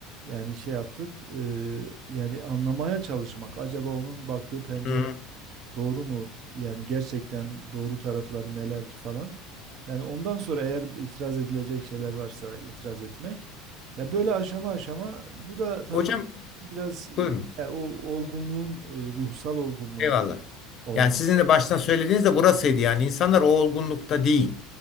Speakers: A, on the right; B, on the left.
A: yani şey yaptık eee, yani anlamaya çalışmak acaba onun baktığı pencere?
B: Hı. hı.
A: doğru mu? Yani gerçekten doğru tarafları nelerdir falan. Yani ondan sonra eğer itiraz edilecek şeyler varsa itiraz etmek. Ya böyle aşama aşama bu da tabii
B: Hocam
A: biraz
B: buyurun.
A: e, o olgunluğun, e, ruhsal olgunluğun
B: Eyvallah.
A: olması.
B: Yani sizin de baştan söylediğiniz de burasıydı yani insanlar o olgunlukta değil.